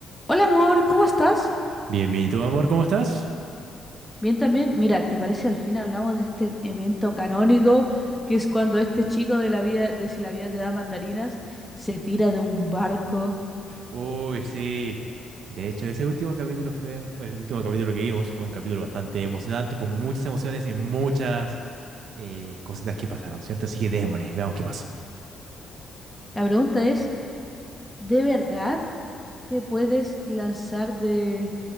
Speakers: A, in the centre; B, on the right.
A: Hola amor, ¿cómo estás?
B: Bienvenido, amor, ¿cómo estás?
A: Bien también. Mira, ¿te parece al fin hablamos de este evento canónico que es cuando este chico de la vida, de si la vida te da mandarinas, se tira de un barco?
B: Uy, sí. De hecho, ese último capítulo fue, el último capítulo que vimos fue un capítulo bastante emocionante, con muchas emociones y muchas eh, cositas que pasaron, ¿cierto? Así que démosle, veamos qué pasó.
A: La pregunta es, ¿de verdad te puedes lanzar de,